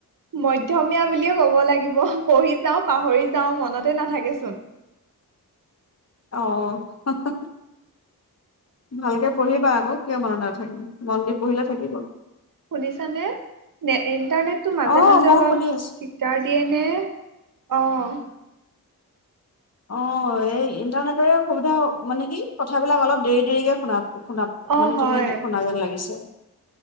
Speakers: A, on the right (about 55°); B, on the left (about 40°).
A: মধ্যমীয়া বুলিয়ে কব লাগিব পঢ়ি যাওঁ পাহৰি যাওঁ মনতে নাথাকেচোন
B: অ হা হা। ভালকে পঢ়িবা আকৌ কিয় মনত নাথাকিব মন দি পঢ়িলে থাকিব।
A: শুনিছানে নে ইন্টাৰনেটটো মাজে
B: অ
A: মাজে
B: মই
A: অলপ
B: শুনি
A: দিগদাৰ
B: আছো
A: দিয়ে নে অ'
B: অ' এই ইণ্টাৰনেটৰে সুবিধা মানে কি কথাবিলাক অলপ দেৰি দেৰিকে শুনা শুনা
A: অ',
B: মানে
A: হয়
B: তুমি শুনা যেন লাগিছে